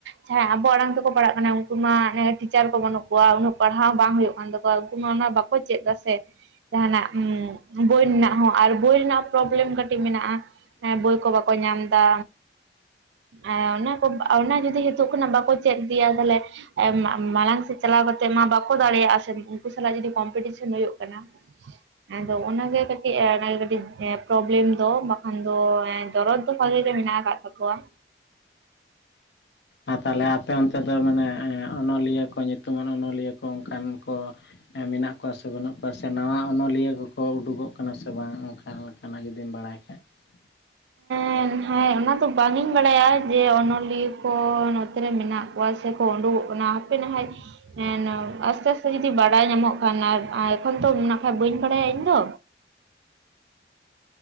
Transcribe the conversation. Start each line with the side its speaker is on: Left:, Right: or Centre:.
Right: ᱡᱟᱦᱟᱸᱭ ᱟᱵᱚ ᱟᱬᱟᱝ ᱛᱮᱠᱚ ᱯᱟᱲᱦᱟᱜ ᱠᱟᱱᱟ ᱩᱱᱠᱩ ᱢᱟ ᱮᱸ ᱴᱤᱪᱟᱨ ᱠᱚ ᱵᱟᱹᱱᱩᱜ ᱠᱚᱣᱟ ᱩᱱᱟᱹᱜ ᱯᱟᱲᱦᱟᱣ ᱵᱟᱝ ᱦᱩᱭᱩᱜ ᱠᱟᱱ ᱛᱟᱠᱚᱼᱼ ᱣᱟ ᱩᱱᱠᱩ ᱚᱱᱟ ᱵᱟᱠᱚ ᱪᱮᱫ ᱫᱟ ᱥᱮ ᱡᱟᱦᱱᱟᱜ ᱩᱸ ᱵᱳᱭ ᱨᱮᱱᱟᱜ ᱦᱚᱸ ᱟᱨ ᱵᱳᱭ ᱨᱮᱱᱟᱜ ᱯᱨᱚᱵᱮᱞᱮᱢ ᱠᱟᱹᱴᱤᱡ ᱢᱮᱱᱟᱜ-ᱟ ᱦᱮᱸ ᱵᱳᱭ ᱠᱚ ᱵᱟᱠᱚ ᱧᱟᱢ ᱫᱟᱼᱼ ᱦᱸᱮ ᱚᱱᱟ ᱠᱚ ᱚ ᱚᱱᱟ ᱡᱩᱫᱤ ᱦᱤᱛᱩᱜ ᱵᱟᱠᱚ ᱪᱮᱫ ᱤᱫᱤᱭᱟ ᱛᱟᱞᱦᱮ ᱮ ᱢᱟ ᱢᱟᱬᱟᱝ ᱥᱮᱫ ᱪᱟᱞᱟᱣ ᱠᱟᱛᱮᱜ ᱢᱟ ᱵᱟᱠᱚ ᱫᱟᱲᱮᱭᱟᱜ-ᱟ ᱥᱮᱼᱼ ᱩᱱᱠᱩ ᱥᱟᱞᱟᱜ ᱡᱩᱫᱤ ᱠᱚᱢᱯᱤᱴᱤᱥᱮᱱ ᱦᱩᱭᱩᱜ ᱠᱟᱱᱟ ᱦᱮᱸ ᱟᱫᱚ ᱚᱱᱟ ᱜᱮ ᱠᱟᱹᱴᱤᱡ ᱮᱸ ᱠᱟᱹᱴᱤᱡ ᱮᱸ ᱯᱨᱚᱵᱽᱞᱮᱢᱼᱼ ᱫᱚ ᱵᱟᱠᱷᱟᱱ ᱫᱚ ᱮᱸ ᱫᱚᱨᱚᱫᱽ ᱫᱚ ᱵᱷᱟᱜᱮ ᱜᱮ ᱢᱮᱱᱟᱜ ᱟᱠᱟᱫ ᱛᱟᱠᱚᱣᱟᱼᱼ
Left: ᱟᱨ ᱛᱟᱞᱦᱮ ᱟᱯᱮ ᱚᱱᱛᱮ ᱫᱚ ᱢᱟᱱᱮ ᱮᱸ ᱚᱱᱚᱞᱤᱭᱟᱹ ᱠᱚ ᱧᱩᱛᱩᱢᱟᱱ ᱚᱱᱚᱞᱤᱭᱟᱹ ᱠᱚ ᱚᱱᱠᱟᱱ ᱠᱚᱼᱼ ᱮᱸ ᱢᱮᱱᱟᱜ ᱠᱚᱣᱟ ᱥᱮ ᱵᱟᱹᱱᱩᱜ ᱠᱚᱣᱟ? ᱥᱮ ᱥᱮ ᱱᱟᱶᱟᱟ ᱚᱱᱚᱞᱤᱭᱟᱹ ᱠᱚ ᱠᱚ ᱩᱰᱩᱠᱚᱜ ᱠᱟᱱᱟ ᱥᱮ ᱵᱟᱝ ᱚᱱᱠᱟ ᱞᱮᱠᱟ ᱱᱟᱜ ᱡᱩᱫᱤᱢ ᱵᱟᱲᱟᱭ ᱠᱷᱟᱡᱼᱼ <inaudible>
Right: ᱦᱮᱸ ᱦᱮᱸᱭ ᱚᱱᱟ ᱫᱚ ᱵᱟᱝ ᱤᱧ ᱵᱟᱲᱟᱭᱟ ᱡᱮ ᱚᱱᱚᱞᱤᱭᱟᱹ ᱠᱚ ᱱᱚᱛᱮ ᱨᱮ ᱢᱮᱱᱟᱜᱼᱼ ᱯᱚᱭᱥᱟ ᱥᱟ ᱠᱚ ᱩᱰᱩᱠᱚᱜ ᱠᱟᱱᱟ ᱦᱟᱯᱮ ᱱᱟᱜᱦᱟᱭ ᱦᱮᱸ ᱟᱥᱛᱮ ᱟᱥᱛᱮ ᱡᱩᱫᱤ ᱵᱟᱲᱟᱭ ᱧᱟᱢᱚᱜ ᱠᱷᱟᱱ ᱟᱨ ᱮᱠᱷᱚᱱ ᱛᱚ ᱱᱟᱜ ᱠᱷᱟᱱ ᱵᱟᱹᱧ ᱵᱟᱲᱟᱭᱟ ᱤᱧ ᱫᱚ